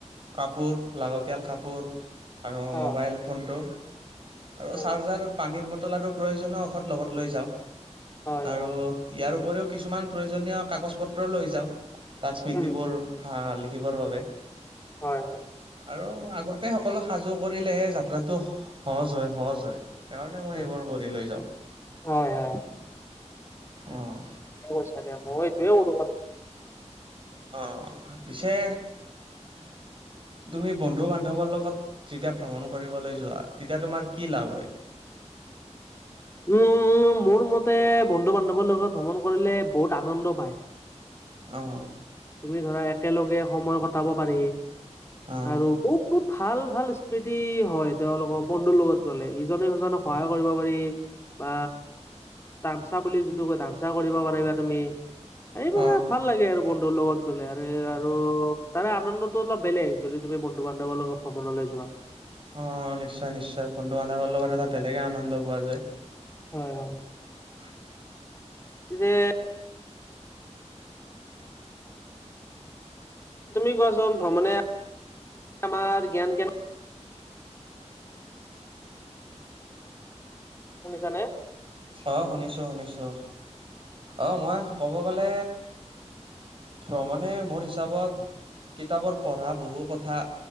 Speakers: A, on the right; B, on the left.
A: কাপোৰ লাগতিয়াল কাপোৰ আৰু মোবাইল
B: অ',
A: ফোনটো আৰু
B: উম,
A: চাৰ্জাৰ পানীৰ ব টল আৰু প্ৰয়োজনীয় ঔষধ লগত লৈ যাওঁ।
B: হয়,
A: আৰু
B: হয়,
A: ইয়াৰ উপৰিও কিছুমান প্ৰয়োজনীয় কাগজ পত্ৰ লৈ যাওঁ তাৰ স্মৃতিবোৰ।
B: উম,
A: হা লিখিবৰ বাবে।
B: হয় হয়।
A: আৰু আগতে সকলো সাজু কৰিলেহে যাত্ৰাটো সহজ হয়, সহজ হয়। সেইকাৰণে মই
B: উম,
A: এইবোৰ কৰি লৈ যাওঁ।
B: হয় হয়।
A: অঁ।
B: অ চ দে আমইটোো <unintelligible>
A: অঁ হ হ পিছে। তুমি বন্ধু বান্ধৱৰ লগত যেতিয়া ভ্ৰমণ কৰিবলৈ যোৱা তেতিয়া তোমাৰ কি লাভ হয়।
B: উমম মোৰ মতে বন্ধু বান্ধৱৰ লগত ভ্ৰমণ কৰিলে বহুত আনন্দ পায়।
A: অহ।
B: তুমি ধৰা একেলগে সময় কটাব পাৰি।
A: অ
B: আৰু বহুত- বহুত, ভাল -ভাল স্মৃতি হয়। তেওঁলোকৰ বন্ধুৰ লগত গ'লে ইজনে সিজনেক সহায় কৰিব পাৰি। বা তামচা বুলি যিটো কয় ধামচা কৰিব পাৰিবা তুমি এইবাবে
A: অ
B: ভাল লাগে আৰু। বন্ধুৰ লগত গ'লে আৰুৰে আৰু তাৰে আনন্দটো অলপ বেলেগ যদি তুমি বন্ধু বান্ধৱৰ লগত ভ্ৰমণলৈ যোৱা।
A: অ, নিশ্চয়- নিশ্চয় বন্ধু -বান্ধৱৰ লগত এটা বেলেগে আনন্দ পোৱা যায়।
B: হয় হয়।
A: <unintelligible>
B: দে। তুমি কোৱাচোন ভ্ৰমণে আমাৰ জ্ঞান কেন শুনিছানে?
A: অ, শুনিছো -শুনিছো অ, মই ক'ব গলে ভ্ৰমণে মোৰ হিচাপত কিতাপত পঢ়া বহু কথা